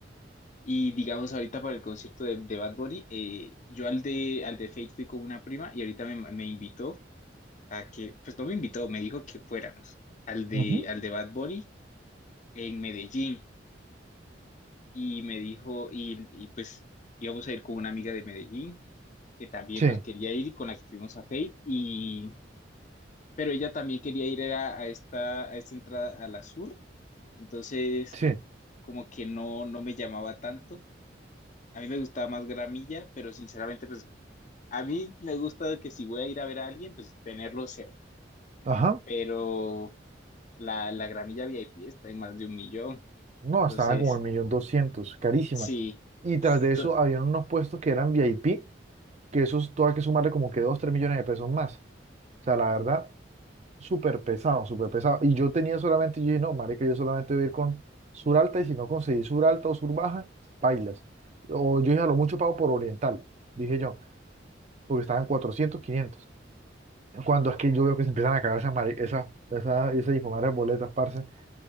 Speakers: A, on the left; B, on the right.
A: Y digamos ahorita para el concierto de, de Bad Bunny, eh, yo al de, al de Fate fui con una prima y ahorita me, me invitó a que, pues no me invitó, me dijo que fuéramos al de,
B: ujú,
A: al de Bad Bunny en Medellín. y me dijo, y, y, pues íbamos a ir con una amiga de Medellín, que también
B: Sí,
A: pues quería ir y con la que fuimos a Fate, y, pero ella también quería ir a, a esta, a esta entrada a la sur, entonces
B: sí.
A: como que no, no me llamaba tanto. A mí me gustaba más Gramilla, pero sinceramente pues a mí me gusta que si voy a ir a ver a alguien, pues tenerlo cerca,
B: Ajá.
A: pero la, la Gramilla VIP está en más de un millón,
B: No,
A: entonces
B: estaban como el millón doscientos, carísimas.
A: sí,
B: Y tras de
A: to-
B: eso habían unos puestos que eran VIP, que esos todo hay que sumarle como que dos, tres millones de pesos más. O sea, la verdad, súper pesado, súper pesado. Y yo tenía solamente, yo dije, no, marica, yo solamente voy a ir con sur alta y si no conseguí sur alta o sur baja, bailas. O yo dije, a lo mucho pago por oriental, dije yo, porque estaban 400, 500. cuando es que yo veo que se empiezan a caer esas, mari- esas, esas, esas hijuemadre boletas, parce.